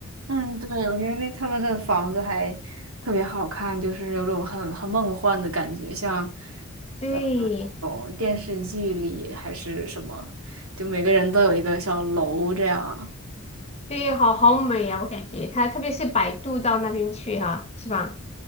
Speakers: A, on the right (about 75°); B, on the left (about 30°).
A: 嗯，对，我觉得那他们的房子还特别好看，就是有种很很梦幻的感觉，像
B: <laughs> 对，
A: 呃，种电视剧里还是什么，就每个人都有一个小楼这样啊。
B: 对，好好美呀，我感觉它特别是摆渡到那边去哈、是吧？